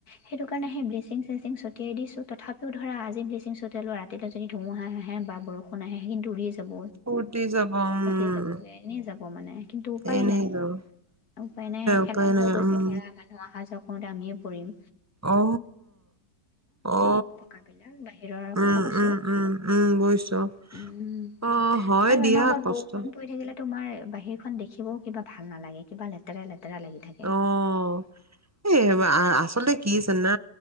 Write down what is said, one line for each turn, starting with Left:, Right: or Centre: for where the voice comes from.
Left: সেইটো কাৰণে হেই ব্লিচিং ছিচিং ছটিয়াই দিছো। তথাপিও ধৰা আজি ব্লিচিং ছতিয়ালো, ৰাতিলৈ যদি ধুমুহা আহে, বা বৰষুণ আহে সেই কিন্তু ৰি ই যাব,
Right: উটি যাব উম
Left: উতি যাবগে, এনেই যাব মানে, কিন্তু উপায়
Right: এনেই
Left: নাই,
Right: যাব
Left: উপায় নাই শেলাই
Right: উপায়
Left: হৈ
Right: নাই
Left: গৈছে
Right: উম
Left: ধৰা মানুহ অহা যোৱা উতা আমিয়ে পৰি়ম।
Right: অ, অ,
Left: পকাবিলাক বাহিৰৰ কথা
Right: উম-উম,
Left: কৈছোঁ
Right: উম-উম বুইছু,
Left: উম
Right: অহ হয়
Left: আৰু
Right: দিয়া
Left: অনবৰত
Right: কষ্ট।
Left: বৰষুণ পৰি থাকিলে তোমাৰ বাহিৰ খন দেখিবও কিবা ভাল নালাগে, কিবা লেতেৰা লেত তেৰা লাগি থাকে।
Right: অ এই আ আচলতে কি জানা,